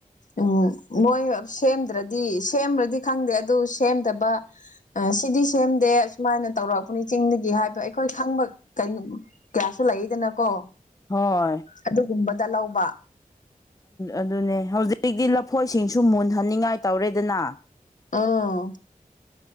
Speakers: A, on the left (about 60°); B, on the left (about 25°).
A: ꯎꯝ ꯃꯣꯏ ꯁꯦꯝꯗ꯭ꯔꯗꯤ ꯁꯦꯝꯔꯗꯤ ꯈꯪꯗꯦ ꯑꯗꯨ ꯁꯦꯝꯗꯕ ꯑ ꯁꯤꯗꯤ ꯁꯦꯝꯗꯦ ꯑꯗꯨꯃꯥꯏꯅ ꯇꯧꯔꯛꯑꯄꯅꯤ ꯆꯤꯡꯗꯒꯤ ꯍꯥꯏꯕ ꯑꯩꯈꯣꯏ ꯈꯪꯕ ꯀꯩꯅꯣ ꯀ꯭ꯂꯥꯁꯨꯇ ꯂꯩꯌꯦꯗꯅꯀꯣ꯫
B: ꯍꯣꯏ
A: ꯑꯗꯨꯒꯨꯝꯕꯗ ꯂꯧꯕ
B: ꯑꯗꯨꯅꯦ ꯍꯧꯖꯤꯛꯇꯤ ꯂꯐꯣꯏꯁꯤꯡꯁꯨ ꯃꯨꯟꯍꯟꯅꯤꯡꯉꯥꯏ ꯇꯧꯔꯦꯗꯅ
A: ꯑꯥ